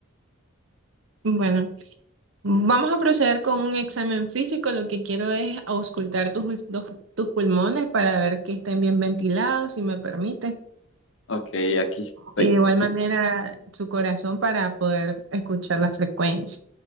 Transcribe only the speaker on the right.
Bueno, vamos a proceder con un examen físico. Lo que quiero es auscultar tus, ul- dos- tus pulmones para ver que estén bien ventilados, si me permite.
De igual
manera, su corazón para poder escuchar la frecuencia.